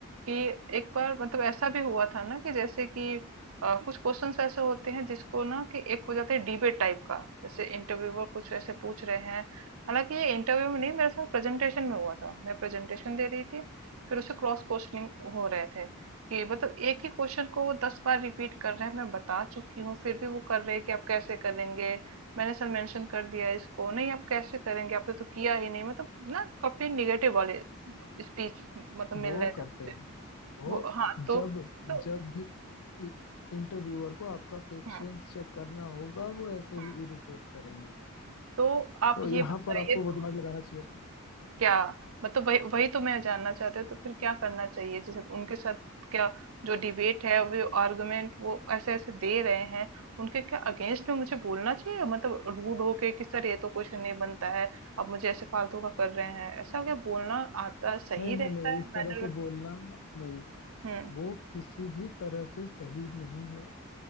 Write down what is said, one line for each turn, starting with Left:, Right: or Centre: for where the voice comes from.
Right: कि एक बार मतलब ऐसा भी हुआ था ना कि जैसे कि अ, कुछ क्वेश्चंस ऐसे होते हैं जिसको ना कि एक हो जाता है डिबेट टाइप का जैसे इंटरव्यूअर कुछ ऐसे पूछ रहे हैं हालांकि ये इंटरव्यू में नहीं मेरे साथ प्रेजेंटेशन में हुआ था मैं प्रेजेंटेशन दे रही थी फिर उसे क्रॉस क्वेश्चनिंग हो रहे थे कि मतलब एक ही क्वेश्चन को वो दस बार रिपीट कर रहे हैं मैं बता चुकी हूँ फिर भी वो कर रहे हैं कि आप कैसे करेंगे मैंने सर मेंशन कर दिया है इसको नहीं आप कैसे करेंगे आपने तो किया ही नहीं मतलब ना काफी निगेटिव वाले स्पीच मतलब मिल
Left: वो
Right: रहे
Left: करते
Right: थे मुझे
Left: हैं वो
Right: वो हाँ तो
Left: जब
Right: तो
Left: जब भी इंटरव्यूअर को आपका पेशेंस
Right: हम्म
Left: चेक करना होगा वो ऐसे
Right: हम्म
Left: ही इरिटेट करेंगे
Right: तो आप
Left: तो यहाँ
Right: ये बताइए
Left: पर आपको वो
Right: तो
Left: दिमाग लगाना चाहिए था
Right: क्या मतलब वही वही तो मैं जानना चाहती हूँ तो फिर क्या करना चाहिए जैसे उनके साथ क्या जो डिबेट है वो आर्गुमेंट वो ऐसे ऐसे दे रहे हैं उनके क्या अगेंस्ट में मुझे बोलना चाहिए मतलब रूड होके कि सर ये तो क्वेश्चन नहीं बनता है आप मुझे ऐसे फालतू का कर रहे हैं ऐसा क्या बोलना आता सही
Left: नहीं नहीं
Right: रहता
Left: नहीं
Right: है
Left: इस
Right: मैनर
Left: तरह से
Right: में
Left: बोलना नहीं
Right: हम्म
Left: वो किसी भी तरह से सही नहीं है